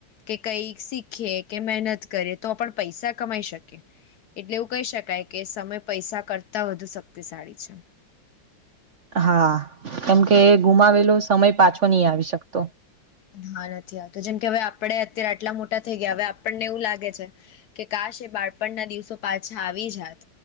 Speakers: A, on the left; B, on the right.
A: કે કઈ શીખીએ કે મહેનત કરીેએ તો પણ પૈસા કમાઈ શકે એટલે એવું કહી શકાય કે સમય પૈસા કરતા વધુ શક્તિશાળી છે
B: હા કેમકે ગુમાવેલો સમય પાછો નહી આવી શકતો
A: હા નથી આવતો જેમ કે હવે આપડે અત્યારે આટલા મોટા થઈ ગયા હવે આપણને એવું લાગે છે કે કાશ એ બાળપણના દિવસો પાછા આવી જાત